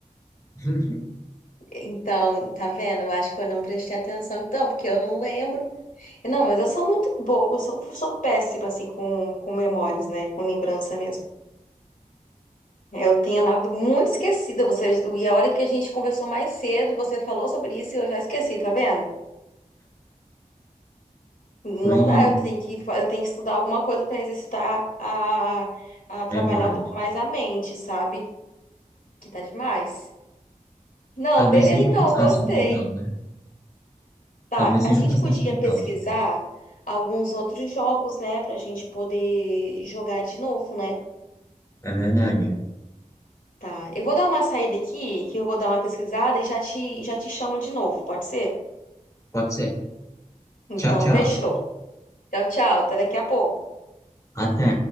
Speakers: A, on the left; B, on the left.
A: <laughs>
B: Então, tá vendo? Eu acho que eu não prestei atenção, então, porque eu não lembro. Não, mas eu sou muito boa, eu sou, sou péssima, assim, com, com memórias, né? Com lembrança mesmo. Eu tenho andado muito esquecida. Você, e a hora que a gente conversou mais cedo, você falou sobre isso e eu já esqueci, tá vendo? Não
A: Foi em
B: dá, eu tenho que, fa- eu tenho que estudar alguma coisa para exercitar a, a trabalhar
A: memória.
B: um pouco mais a mente, sabe? Que tá demais. Não,
A: Talvez
B: beleza,
A: seja
B: então,
A: um cansaço
B: eu gostei.
A: mental, né?
B: Tá,
A: Talvez seja
B: a gente
A: um cansaço
B: podia
A: mental
B: pesquisar
A: também.
B: alguns outros jogos, né, pra gente poder jogar de novo, né?
A: É verdade.
B: Tá, eu vou dar uma saída aqui, que eu vou dar uma pesquisada e já te, já te chamo de novo, pode ser?
A: Pode ser.
B: Então,
A: Tchau, tchau.
B: fechou. Tchau, tchau, até daqui a pouco.
A: Até.